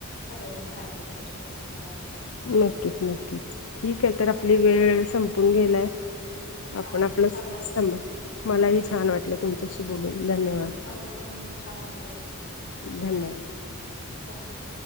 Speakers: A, on the left; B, on the left.
A: सगळ्यांनीच राहिलं पाहिजे असं मला वाटतं
B: नक्कीच नक्कीच ठीक आहे तर
A: त्यामुळं
B: आपली वेळ संपून गेलाय
A: चालेल
B: आपण आपलं
A: छान वाटलं
B: सां मलाही छान वाटलं तुमच्याशी बोलून धन्यवाद
A: मला पण छान वाटलं
B: धन्यवाद
A: धन्यवाद